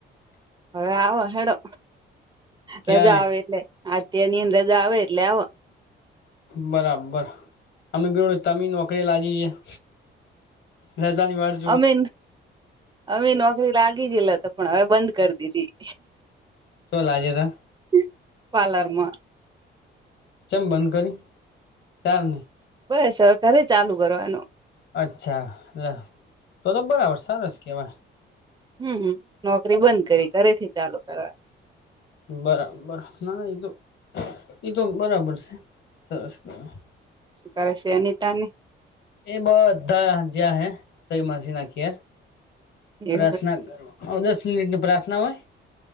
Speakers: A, on the right; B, on the left.
A: હવે આવો હેડો
B: ક્યારે
A: રજા આવે એટલે આડેણીયાની રજા આવે એટલે આવો- -
B: બરાબર અમે કે તમમે નોકરી લાગી ગયા રજાની વા- -
A: અમે અમે નોકરી લાગી ગયલા તો પણ હવે બંધ કરી દીધી.
B: શો લાજે તા- -
A: હમ પાલરમાં- -
B: ચમ બંધ કરયુ ચાલ નહી.
A: બસ હવે કરું ચાલુ કરવાનું.
B: અચ્છા એટ તો તો બરાબર સરસ કેવા- -
A: હમ હમ નોકરી બંધ કરી ઘરે થી ચાલુ કરવાના- -
B: બરાબર ના એ તો તો બરાબર છે સરસ ક- -
A: કરે છે અનિતા ની- -
B: એ બ બધા જ્યાં હૈ સઈ માસી ના ઘેર- - પ્રાર્થના
A: એ
B: કરવા દસ મિનિટ ની પ્રાર્થના હોય- -